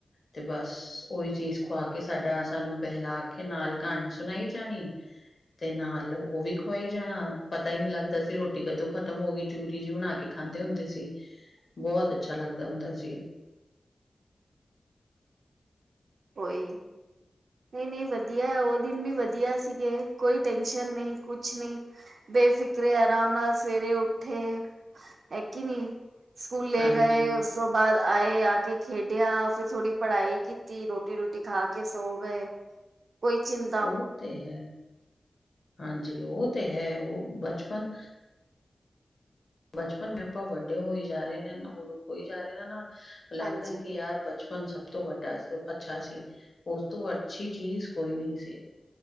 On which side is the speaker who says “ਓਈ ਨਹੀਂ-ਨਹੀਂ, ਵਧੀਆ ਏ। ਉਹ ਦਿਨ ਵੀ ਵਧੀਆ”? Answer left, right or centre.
Right